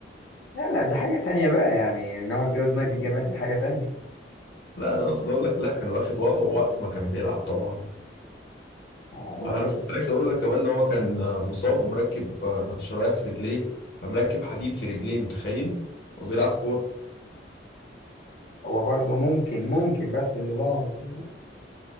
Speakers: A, on the left (about 75°); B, on the left (about 60°).
A: لا لا دي حاجه تانية بقى يعني ان هو اتجوز ملك الجمال دي حاجه تانية
B: لا انا اقصد اقول لك لا كان واخد وضعه وقت ما كان بيلعب طبعا
A: آه، عماد
B: وعارف
A: متعب
B: عايز اقول لك كمان ان هو كان آه، مصاب ومركب آه، شرايح في رجليه فمركب حديد في رجليه متخيل وبيلعب كورة
A: هو برضه ممكن ممكن بس اللي ظلمه سنه